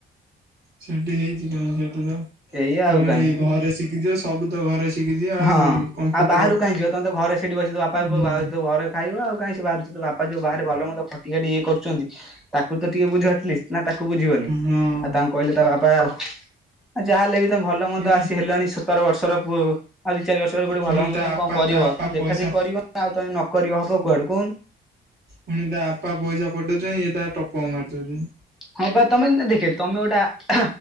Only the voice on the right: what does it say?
ସେଠି ହେଇଛି କଣ ସେଠି ତ
ତମେ
ଘରେ ଶିଖିଯିବ ସବୁତ ଘରେ ଶିଖିଯିବ ଆଉ
ଏଇ କମ୍ପ୍ୟୁଟର
ହୁଁ
ହଁ
ପୁଣି
ପୁଣି
ତା
ଆପା
ତା ଆପା
ପଇସା
ପୁଣି ତା ବାପା ପାଇସା ପଠଉଚନ୍ତି ଇଏ ତା ଟପକ ମାରୁଉଛନ୍ତି